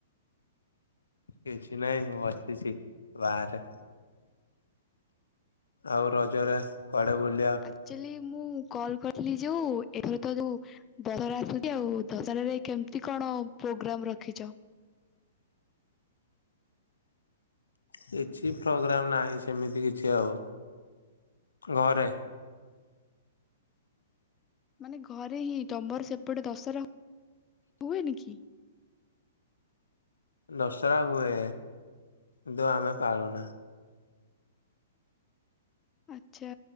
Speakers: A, on the left; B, on the left.
A: କିଛି ନାଇଁ ମୁଁ ବସିଛି ବାହାରେ। ଆଉ ରଜରେ କୁଆଡ଼େ ବୁଲ
B: ଆକଚୁଆଲି ମୁଁ କଲ୍ କରିଥିଲି ଯୋଉ, ଏଥର ତ ଯୋଉ ଦଶହରା ଆସୁଛି, ଆଉ ଦଶହରାରେ କେମିତି କଣ ପ୍ରୋଗ୍ରାମ ରଖିଛ?
A: କିଛି ପ୍ରୋଗ୍ରାମ ନାହିଁ, ସେମିତି କିଛି ଆଉ ଘରେ।
B: ମାନେ ଘରେ ହିଁ, ତମର ସେପଟେ ଦଶହରା ହୁଏନି କି?
A: ଦଶହରା ହୁଏ କିନ୍ତୁ ଆମେ ପାଳୁନା।
B: ଆଛା